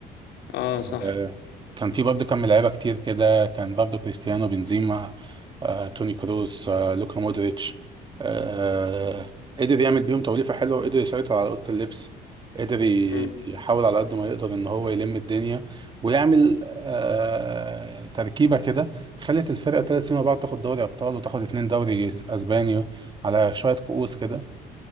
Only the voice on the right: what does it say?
آه، كان في برضه كم لعيبة كتير كده كان برضه كريستيانو بنزيما آه، توني كروس آه، لوكا مودريتش آه، قدر يعمل بيهم توليفة حلوة وقدر يسيطر على أوضة اللبس قدر ي-
يحاول على قد ما يقدر إن هو يلم الدنيا ويعمل آه، تركيبة كده خلت الفرقة ثلاث سنين مع بعض تاخد دوري أبطال وتاخد اتنين دوري أسباني على شوية كؤوس كده